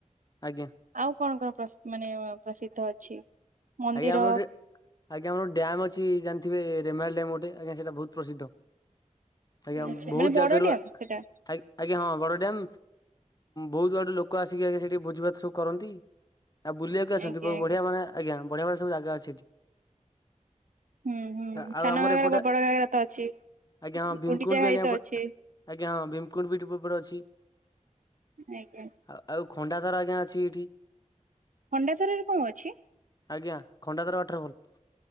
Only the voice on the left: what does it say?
ଆଜ୍ଞା
ଆଜ୍ଞା ଆମର ଗୋଟେ ଡ଼୍ୟାମ ଅଛି ଜାଣିଥବେ ରେମାଲି ଡ୍ୟାମ ଗୋଟେ ଆଜ୍ଞା ସେଇଟା ବହୁତ ପ୍ରସିଦ୍ଧ। ଆଜ୍ଞା
ବହୁତ
ଜାଗାରୁ
ଆଜ୍ଞା
ଆଜ୍ଞା ହଁ ବଡ ଡ୍ୟାମ ବହୁତ ବାଟ ଲୋକ ଆସି ଆ ସେଠି ଭୋଜି ଭାତ ସବୁ କରନ୍ତି। ଆଉ ବୁଲିବାକୁ ଆସନ୍ତି
ବହୁତ
ବଢିଆ ମାନେ ଆଜ୍ଞା,। ବଢିଆ ବଢିଆ ଜାଗା ଅଛ଼ି ସେଇଠି।
ଆଉ
ଆମର
ଏପଟେ
ଆଜ୍ଞା ହଁ ଭୀମକୁଣ୍ଡ
ବି ଆଜ୍ଞା
ଏପଟ
ଆଜ୍ଞା ହଁ ଭୀମକୁଣ୍ଡ ବିଟ ଉପ ଉପରେ ଅଛି।
ଆଉ ଆଉ ଖଣ୍ଡା ଧର ଆଜ୍ଞା ଅଛି ଏଇଠି।
ଆଜ୍ଞା ଖଣ୍ଡାଧାର ୱାଟରଫଲ୍।